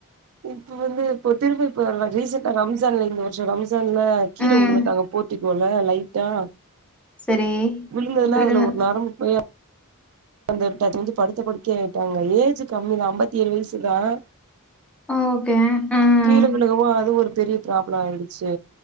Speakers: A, on the right; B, in the centre.
A: இப்ப வந்து இப்ப திரும்ப இப்ப வ ரீசெண்டா ரம்சான்ல இந்த வருஷம் ரம்சான்ல கீழ
B: ம்
A: விழுந்துட்டாங்க போட்டி போல லைட்டா
B: சரி
A: விழுந்ததுல்ல
B: விருந்து
A: அதுல ஒரு நரம்பு போய் அந்த <unintelligible> படுத்த படுக்கை ஆயிட்டாங்க ஏஜ் கம்மிதான் அம்பத்தி ஏழு வயசுதான்
B: ஆ ஓகே ம்
A: கீழ விழுகவும் அது ஒரு பெரிய ப்ராப்ளம் ஆயிடுச்சு